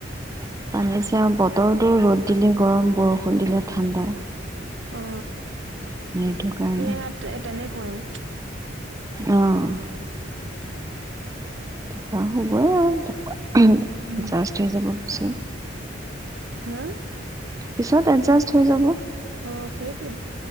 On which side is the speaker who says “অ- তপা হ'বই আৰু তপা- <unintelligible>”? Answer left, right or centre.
Right